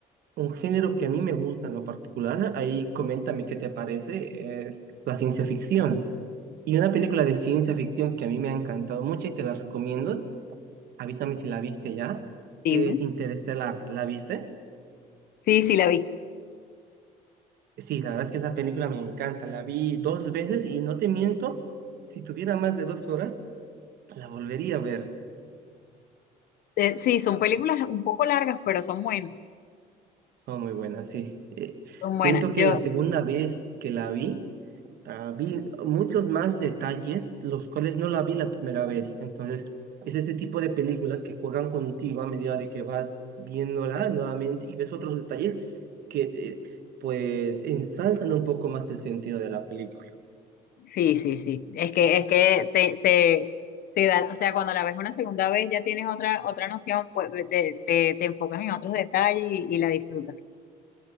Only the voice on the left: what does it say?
dime.
Sí, sí, la vi.
Eh, sí, son películas un poco largas, pero son buenas,
son
buenas.
Yo,
sí, sí, sí, es que, es que te, te, te da, o sea, cuando la ves una segunda vez ya tienes otra, otra noción, pues te, te, te enfocas en otros detalles y, y la disfrutas.